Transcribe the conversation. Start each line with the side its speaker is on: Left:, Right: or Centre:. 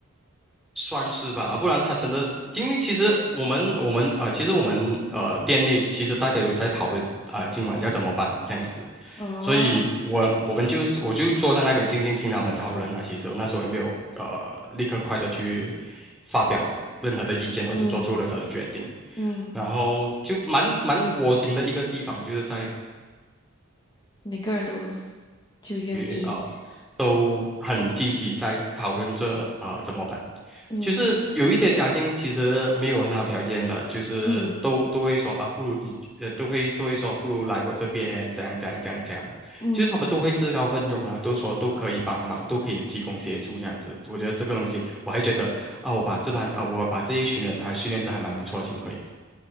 Centre: 算是吧，啊不然他真的，因为其实我们我们呃，其实我们呃店内其实大家有在讨论啊、呃今晚要怎么办这样子，
Left: 哦，
Centre: 所以我我们就我就坐在那边静静听他们讨论啊。其实我那时候也没有呃立刻快的去发表任何的意见或者做出任何的决定，
Left: 嗯嗯，
Centre: 然后就蛮蛮窝心的一个地方就是在
Left: 每个人都是就愿意。
Centre: 于。呃都很积极在讨论这呃怎么办。
Left: 嗯。
Centre: 就是有一些家庭其实没有很好条件的，就是都都会说啊，
Left: 嗯
Centre: 不如你呃都会都会说不如来我这边怎样怎样怎样怎样，
Left: 嗯，
Centre: 就是他们都会自告奋勇啊，都说都可以帮忙，都可以提供协助这样子。我觉得这个东西我还觉得啊，我把这盘啊我把这一群人还训练得还蛮不错，幸亏